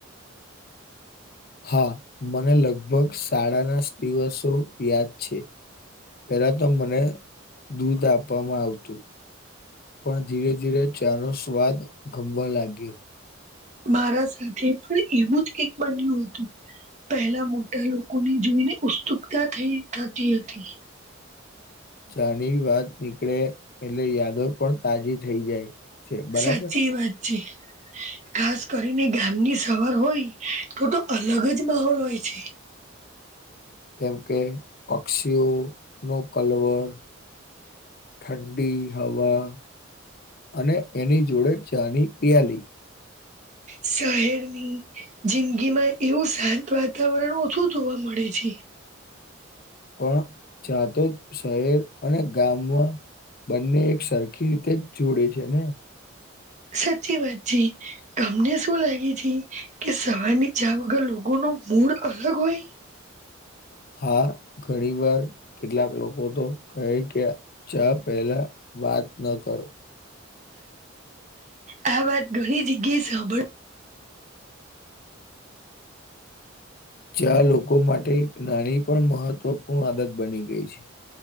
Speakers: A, on the left; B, on the right.
A: હા મને લગભગ શાળાના દિવસો યાદ છે પેલા તો મને દૂધ આપવામાં આવતું પણ ધીરે ધીરે ચા નો સ્વાદ ગમવા લાગ્યો
B: મારા સાથે પણ એવું જ કઈક બન્યું હતું પહેલા મોટા લોકો ની જોઈને ઉત્સુકતા થઈ થતી હતી
A: ચા ની વાત નીકળે એટલે યાદો પણ તાજી થઈ જાય છે, બરાબર.
B: સાચી વાત છે. ખાસ કરીને ગામની સવાર હોય તો તો અલગ જ માહોલ હોય છે.
A: કેમ કે પક્ષીઓ નો કલવર ઠંડી હવા અને એની જોડે ચની પિયાલી.
B: શહેરની જિંદગીમાં એવું શાંત વાતાવરણ ઓછું જોવા મળે છે.
A: પણ જાતો જ શહેર અને ગામમાં બંને એક સરખી રીતે જ જોડે છે. ને
B: સાચી વાત જી તમને શું લાગી હતી કે સવાર ની ચા વગર લોકો ન મૂડ અલગ હોય?
A: હા ઘણી વાર કેટલાક લોકો તો કહે કે ચા પેલા વાત ન કરો.
B: આ વાત ઘણી જગ્યાએ સાંભળ
A: જ્યાં લોકો માટે એક નાની પણ મહત્વપૂર્ણ આદત બની ગઈ છે.